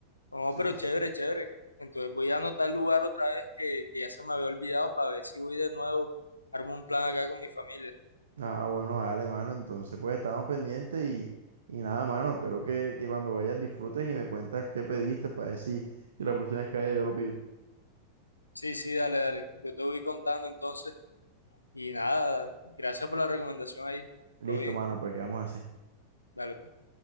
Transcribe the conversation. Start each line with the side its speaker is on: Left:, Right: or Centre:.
Left: No,
Right: Sí,
Left: pero chévere,
Right: sí.
Left: chévere. Entonces voy a anotar el lugar otra vez que, que ya se me había olvidado para ver si voy de nuevo, armo un plan acá con mi familia.
Right: Ah, bueno, vale, mano. Entonces, pues estamos pendientes y, y nada, mano. Espero que, que cuando vayas disfrutes y me cuentas qué pediste para decir si si la próxima vez que vaya yo lo pido.
Left: Sí, sí, dale, dale. Yo te voy contando entonces. Y nada, gracias por la recomendación ahí.
Right: Listo,
Left: Todo bien.
Right: mano, pues quedamos así.
Left: Dale. pues.